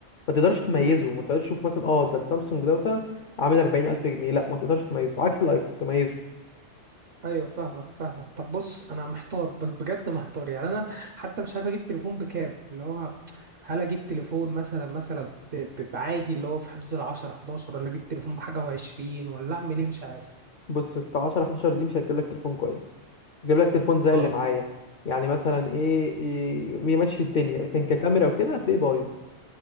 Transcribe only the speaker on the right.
امم
ايوه فاهمك فاهمك طب بص انا محتار ب- بجد محتار يعني انا حتى مش عارف اجيب تليفون بكام اللي هو هل اجيب تليفون مثلا مثلا ب- ب- بعادي اللي هو في حدود ال 10 11 ولا اجيب تليفون بحاجه و20 ولا اعمل ايه مش عارف
اه